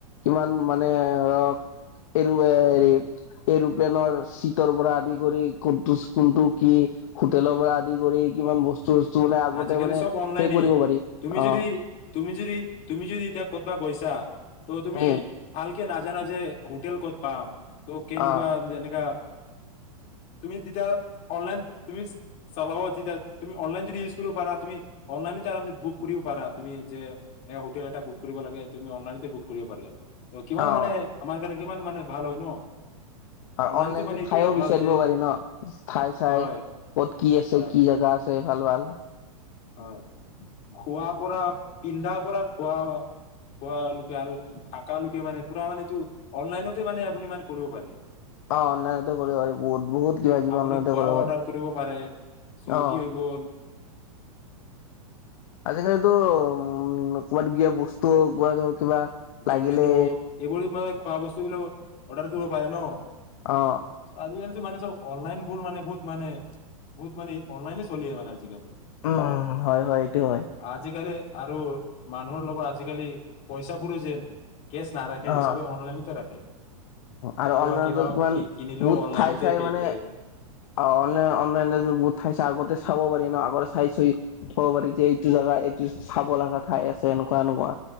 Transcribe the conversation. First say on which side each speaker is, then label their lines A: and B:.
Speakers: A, on the left; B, on the left.
A: কিমান মানে ধৰক এইটো অ হেৰি এৰোপ্লেনৰ চিটৰ পৰা আদি কৰি কোনটোছ কোনটো কি হোটেলৰ পৰা আদি কৰি কিমান বস্তু-চস্তু মানে আগতে
B: আজিকালি
A: মানে
B: চব অনলাইনে
A: সেই কৰিব পাৰি
B: তুমি
A: অ।
B: যদি তুমি যদি, তুমি যদি এতিয়া ক'তবা গৈছা ত' তুমি
A: উম
B: ভালকে নাজানা যে হোটেল ক'ত পাম, ত কেনেকুৱা
A: অ
B: যেনেকা তুমি তেতিয়া অনলাইন তুমি চলাব তেতিয়া তুমি অনলাইন যদি ইউজ কৰিব পাৰা তুমি অনলাইনে বুক কৰিব পাৰা। তুমি যে নে হোটেল এটা বুক কৰিব লাগে তুমি অনলাইনতে বুক কৰিব পাৰা। ত, কিমান
A: অ
B: মানে আমাৰ কাৰণে কিমান মানে ভাল হয় ন?
A: আৰু
B: অনলাইনটো
A: অনলাইনত
B: মানে এইটো
A: ঠাইও
B: এটা ভাল
A: বিচাৰিব
B: যে
A: পাৰি ন, ঠাই-চাই।
B: হয়
A: ক'ত কি আছে,
B: হয়
A: কি জেগা আছে ভাল ভাল।
B: হয়, খোৱা পৰা পিন্ধাৰ পৰা খোৱা খোৱা লোকে, আৰু থাক লোকে মানে পুৰা মানেটো অনলাইনতে মানে আপুনি মানে কৰিব পাৰে।
A: অ, অনাইনতে কৰিব পাৰি বহুত বহুত কিবা কিবি
B: আপুনি
A: অনলাইনতে
B: খোৱাও
A: পাৰি
B: অৰ্ডাৰ কৰিব পাৰে, চুইগি
A: অ
B: হৈ গ'ল।
A: আজিকালিতো উম ক'ৰবাত গিয়ে বস্তু স্তু ক'ৰবাত আৰু কিবা
B: জমেট'
A: লাগিলে
B: এইবোৰ মানে খোৱা বস্তু বিলাক অৰ্ডাৰ কৰিব পাৰে ন।
A: অ
B: আজিকালিতো মানে চব অনলাইন বোৰ মানে, বহুত মানে, বহুত মানে অনলাইন চলিয়ে মানে আজিকালি।
A: উম, হয় হয় এইটো হয়।
B: আজিকালি আৰু মানুহৰ লগত আজিকালি পইচাবোৰো যে কেচ নাৰাখে,
A: অ
B: এই চব অনলাইনেতে ৰাখে।
A: আৰু
B: একো
A: অনলাইনতো
B: বা কিবা
A: কিমান
B: কিনিলেও
A: বহুত
B: অনলাইনতে
A: ঠাই চাই
B: পে
A: মানে
B: কৰে।
A: অ' অনলাইন অনলাইনে বহুত চাইছে আগতে চাব পাৰি ন আগতে চাইছই। থব পাৰি যে এইটো জোগা এইটো চাব লগা ঠাই আছে। এনেকুৱা এনেকুৱা